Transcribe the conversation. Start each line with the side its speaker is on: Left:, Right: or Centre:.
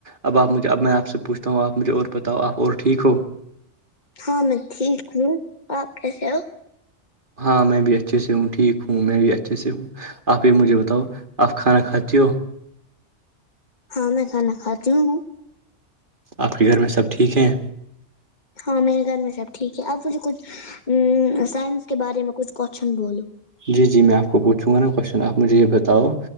Right: اب آپ مجھےب آپ سے پوچھ تو آپ مجھے اور بتاؤ آپ اور ٹھیک ہو
Left: ہاں میں ٹھیک ہوں آپ کیسے ہو
Right: ہاں میں بھی اچھے سے ہوں ٹھیک ہوں میں بھی اچھے سے ہوں آپ یہ مجھے بتاؤ آپ کھانا کھاتی ہو
Left: ہاں میں کھانا کھاتی ہوں
Right: آپ کے گھر میں سب ٹھیک ہیں
Left: ہاں میرے گھر میں سب ٹھیک ہے اپ مجھے کچھ ا سائنس کے بارے میں کچھ کوشچن بولو
Right: جی جی میں آپ کو پوچھوں گا نا کوشچن آپ مجھے یہ بتاؤ